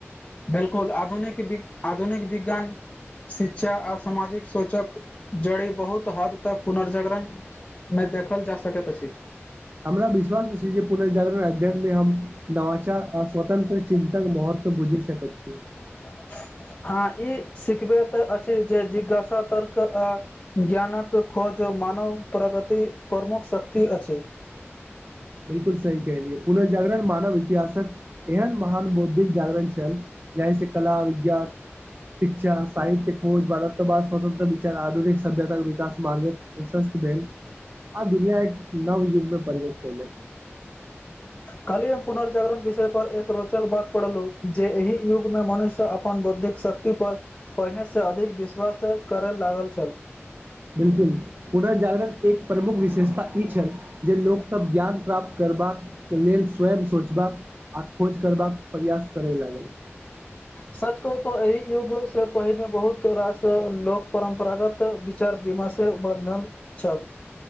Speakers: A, on the left; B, on the right.
A: बिल्कूल आधुनिक आधुनिक विज्ञान शिक्षा आ सामाजिक सोचक जड़ बहुत हद तक पुनर्जागरण। मे देखल जा सकैत अछि।
B: हमरा विश्वास अछि जे पुनर्जागरण अध्ययनमे हम नवाचार आ स्वतंत्र चिन्तन महत्व। तऽ बुझि सकैत छीयै
A: ह, ई सिखबे तऽ अछि जे जिज्ञासा तर्क अ ज्ञानक खोज मानव प्रगति प्रमुख शक्ति अछि।
B: बिल्कूल सही कहलियऐ पुनर्जागरण मानव इतिहासक एहन महान बौद्धिक जागरण छल जाहि से कला विज्ञान। शिक्षा साहित्य, खोज भारताद्वतंत्र विचार, आधुनिक, सभ्यतााक विकास मार्ग प्रशस्त भेल आ दुनिया एक नव युगमे प्रवेश कयलक
A: काल्हि हम पुनर्जागरण विषय पर एक रोचक बात पढ़लहुँ जे एहि युगमे मनुष्य अपन बौद्धिक शक्ति पर पहिने अधिक, विश्वास, करय लागल छेले
B: बिल्कूल पुनर्जागरण एक प्रमुख विशेषता ई छल जे लोकसभ ज्ञान प्राप्त करबाक। के लेल स्वयं सोचबाक आ खोज करबाक प्रयास करे लागल। ह।
A: सच कहु तो एहि युग से पहिने बहुत रास लोक परम्परागत। चार बीमा से बन्धन छल।